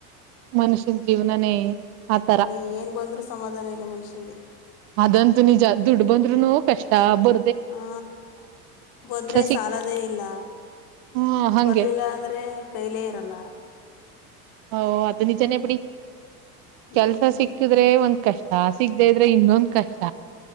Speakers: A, on the right; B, on the left.
A: ಮನುಷ್ಯನ್ ಜೀವನಾನೇ ಆತರ
B: ಅದೇ ಏನು ಬಂದರೂ ಸಮಾಧಾನ ಇಲ್ಲ ಮನುಷ್ಯಂಗೆ.
A: ಅದಂತೂ ನಿಜ ದುಡ್ ಬಂದ್ರುನು ಕಷ್ಟ ಬ
B: ಹಾ ಬಂದರೆ
A: ಸಿಕ್
B: ಸಾಲದೇ ಇಲ್ಲ
A: ಹ್ಮ ಹಂಗೆ
B: ಬರಲಿಲ್ಲ ಅಂದರೆ ಕೈಲೇ ಇರಲ್ಲ.
A: ಹೊ ಅದು ನಿಜನೆ ಬಿಡಿ.
B: ಹ್ಞೂ
A: ಕೆಲ್ಸ ಸಿಕ್ಕಿದ್ರೆ ಒಂದ್ ಕಷ್ಟ ಸಿಗದೆ ಇದ್ರೆ ಇನ್ನೊಂದ್ ಕಷ್ಟ